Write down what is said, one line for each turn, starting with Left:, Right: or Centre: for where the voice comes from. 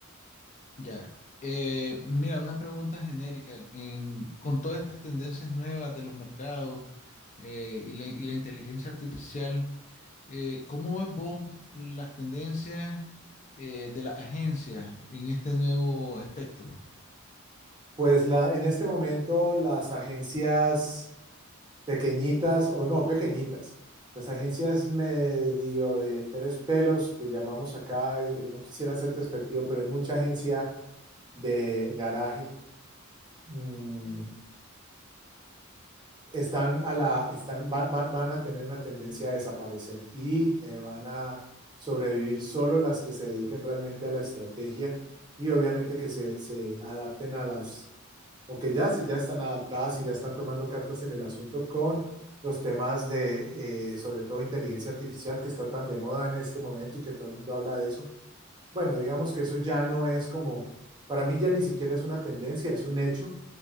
Left: Ya. Eh, mira, una pregunta genérica. En- con todas estas tendencias nuevas de los mercados eh, y la y la inteligencia artificial. Eh, ¿cómo ves vos las tendencias eh, de las agencias en este nuevo espectro?
Right: Pues la, en este momento las agencias pequeñitas o no pequeñitas, las agencias medio de tres pelos que llamamos acá, eh, no quisiera ser despectivo, pero hay mucha agencia de garaje mmm, están a la, están, van, van- van a tener una tendencia a desaparecer y eh, van a sobrevivir solo las que se dediquen realmente a la estrategia y obviamente que se, se adapten a las, o que ya, se- ya están adaptadas y ya están tomando cartas en el asunto con los temas de, eh, sobre todo, inteligencia artificial que está tan de moda en este momento y que todo el mundo habla de eso. Bueno, digamos que eso ya no es como, para mí ya ni siquiera es una tendencia, es un hecho.